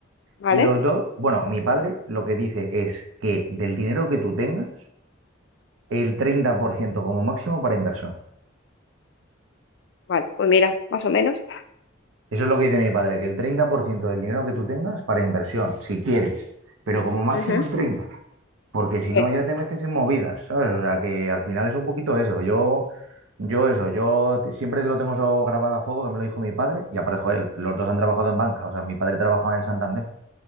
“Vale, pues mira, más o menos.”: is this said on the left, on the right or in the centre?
Left